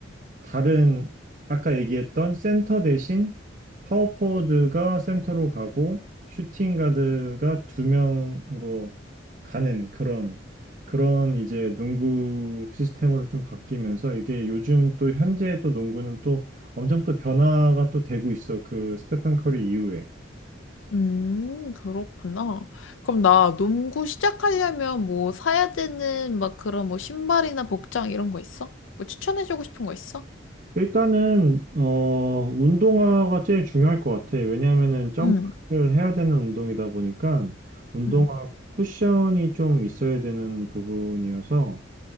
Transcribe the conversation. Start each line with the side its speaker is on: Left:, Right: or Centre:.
Right: 다른 아까 얘기했던 센터 대신 파워포워드가 센터로 가고 슈팅 가드가 두 명으로 가는 그런 그런 이제 농구 시스템으로 좀 바뀌면서 이게 요즘 또 현재 또 농구는 또 엄청 또 변화가 또 되고 있어. 그 스테판 커리 이후에.
Left: 음, 그렇구나. 그럼 나 농구 시작하려면 뭐 사야 되는 막 그런 뭐 신발이나 복장 이런 거 있어? 뭐 추천해주고 싶은 거 있어?
Right: 일단은 어 운동화가 제일 중요할 것 같아. 왜냐하면은 점프를
Left: 응,
Right: 해야 되는 운동이다 보니까 운동화
Left: 응,
Right: 쿠션이 좀 있어야 되는 부분이어서